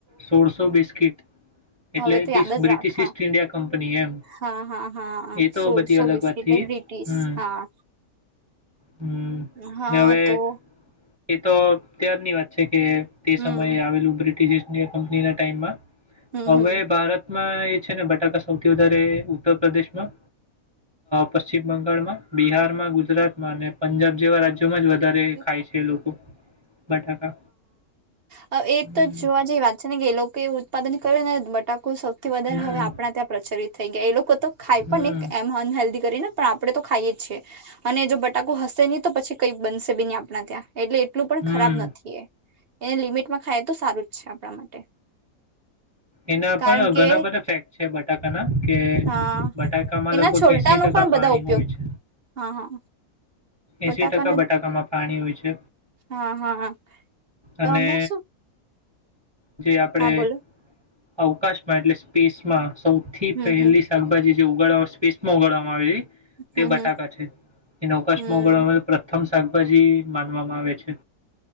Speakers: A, on the right; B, on the right.
A: સોળસો બિસ્કીિટ એટલે
B: હવે તો યાદ જ
A: બ્રિટિશ
B: રાખા
A: ઈસ્ટ ઇન્ડિયા કંપની એમ
B: હા હા હા
A: એ તો
B: સોળસો
A: બધી અલગ
B: બીસકીટ
A: વાત થઈ
B: એટલે બ્રિટિશ
A: હમ
B: હા
A: હમ
B: હા
A: ને હવે
B: તો
A: એ તો ક્યારની વાત છે કે તે
B: હમ
A: સમયે આવેલું બ્રિટ ઈસ્ટ ઈન્ડિયા કંપની ના ટાઈમમાં
B: હમ
A: હવે
B: હમ
A: ભારત માં એ છે ને બટાકાસ સૌથી વધારે ઉત્તર પ્રદેશમાં પશ્ચિમ બંગાળમાં બિહારમાં ગુજરાતમાં અને પંજાબ જેવા રાજ્યોમાં જ વધારે
B: હ હ
A: ખાય છે એ લોકો બટાકા.
B: હ એ
A: હમ,
B: તો જોવા જેવી વાત છે ને કે લોકો ઉત્પાદન બટાકુ સ થી વધારે
A: હમ,
B: હવે આપણા ત્યાં પ્રચલિત થઈ ગયા એ લોકો તો ખાય
A: હમ,
B: પણ ને એમ અનહેેલ્ધી કરીને પણ આપડે તો ખાઈએ જ છીએ અને જો બટાકુ હશે નહી તો પછી કઈ બનશે સીને આપણા ત્યા એટલે એટલું પણ
A: હમ.
B: ખરાબ નથી એ એને લિમિટમાં ખાય તો સારું જ છે આપણા માટે
A: એના પણ
B: કારણ
A: ઘણા
B: કે
A: બધા ફેક્ટ છે બટ <unintelligible> કે
B: હા
A: બટાકામાં
B: એના
A: લગભગ
B: છોલટાનો
A: એસી ટકા
B: પણ બધા
A: પાણી
B: ઉપયોગ
A: હોય છે
B: હા હા બટાકાનો
A: એસી ટકા બટાકામાં પાણી હોય છે
B: હા હા
A: અને
B: અમે શું
A: જે આપણેે
B: હા બોલો
A: અવકાશમાં એટલે સ્પેસમાં સૌથી
B: હમ
A: પહેલી
B: હમ
A: શાકભાજી જે ઉગાડવા સ્પેસમાં ઉગાડવામાં આવે છે તે
B: હમ
A: બટાકા
B: હમ
A: છે એ નકસ
B: હમ
A: મંગળ પ્રથમ શાકભાજી માનવામાં આવે છે